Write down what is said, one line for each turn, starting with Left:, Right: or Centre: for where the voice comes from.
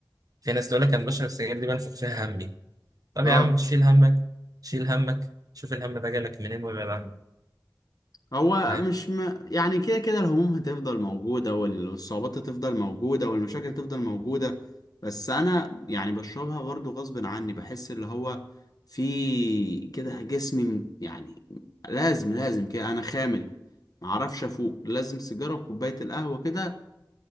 Right: في ناس تقول لك انا بشرب السجاير دي بنفخ فيها همي طب
Left: اه
Right: يا عم شيل همك شيل همك شوف الهم ده جالك منين وابعد عنه
Left: هو
Right: فاهم
Left: مش م... يعني كده كده الهموم هتفضل موجوده وال- والصعوبات هتفضل موجوده والمشاكل هتفضل موجوده بس انا يعني بشربها برضو غصب عني بحس اللي هو في كده جسمي م- يعني لازم لازم كده انا خامل معرفش افوق لازم سيجاره وكوبايه القهوه كده